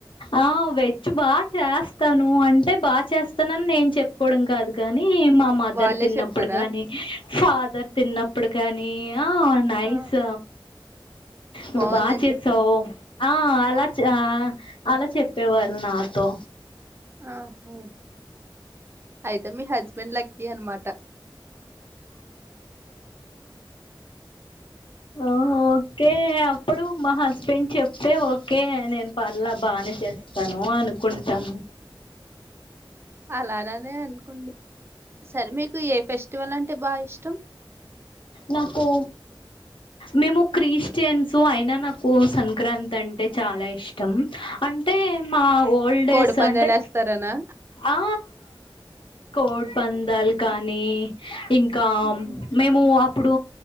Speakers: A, on the left (about 70°); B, on the right (about 25°).
A: ఆ వెజ్ బా చేస్తాను అంటే బాగా చేస్తానని నేను చెప్పుకోవడం కాదు గాని ని మా మదర్
B: వాళ్ళే
A: తిన్నప్పుడు
B: చెప్పారా
A: గాని ఫాదర్ తిన్నప్పుడు గాని ఆ నైస్
B: ఆ
A: నువ్
B: బాగుందని
A: బాగా చేసావు్
B: చెప్పారు
A: ఆ ఆ లా అలా చెప్పేవారు నాతో
B: ఆహో అయితే మీ హస్బెండ్ లక్కి అన్నమాట
A: ఓ ఓకే అ ప్పుడు మా హస్బెండ్ చెప్తే ఓకే నేను పర్లే బానే చేస్తాను ను అనుకుంటాను
B: అలాగనే అనుకోండి సరే మీకు ఏ ఫెస్టివల్ అంటే బాగా ఇష్టం
A: నాకు మేము క్రిస్టియన్స్ అయినా నాకు సంక్రాంతి అంటే చాలా ఇష్టం అంటే టే మా ఊ ఓల్డేజ్
B: కోడి పందాలు
A: అంటే
B: వేస్తారనా
A: ఆ కోడ్ పందాలు కా ని ఇంకా
B: ఉమ్.
A: మేము అప్ ప్పుడు